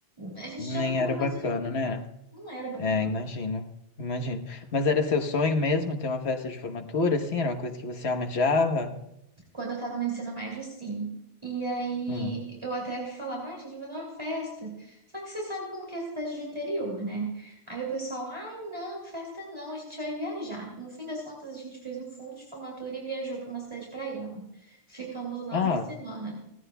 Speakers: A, on the right (about 25°); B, on the left (about 80°).
A: a gente
B: Nem
A: já não estava
B: era bacana,
A: mais unido.
B: né?
A: Não era bacana.
B: É, imagino. Imagino. Mas era seu sonho mesmo ter uma festa de formatura, assim? Era uma coisa que você almejava?
A: Quando eu tava no ensino médio, sim. E aí
B: Hum.
A: eu até falava, ah, gente, vou fazer uma festa. Só que você sabe como que é a cidade do interior, né? Aí o pessoal, ai, não, festa não, a gente vai viajar. No fim das contas, a gente fez um fundo de formatura e viajou para uma cidade praiana. Ficamos lá
B: Ah,
A: uma semana.